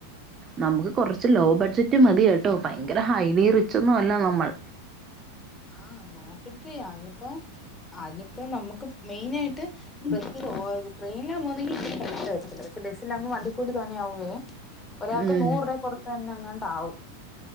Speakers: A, on the right; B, on the left.
A: നമുക്ക് കുറച്ച് ലോ ബഡ്ജറ്റ് മതി കേട്ടോ ഭയങ്കര ഹൈലി റിിച്ചൊന്നുംല്ല നമ്മൾ
B: ആഹ് നോക്കട്ട അതിനിപ്പോ അതിനിപ്പോ നമ്മുക്ക് മെയിന ആയിട്ട് ബസ്സി പോത് ട്രെയിനാകുന്നെങ്കില് പക്ഷെ ബസ്സിലാവുമ്പോൾ വണ്ടിക്കൂലീ തോനേ യാവുകയേ ഒരാൾക്ക്
A: ഉം
B: നൂറ രൂപ പുറത്ത് തന്നെ ഇങ്ങോണ്ടാവും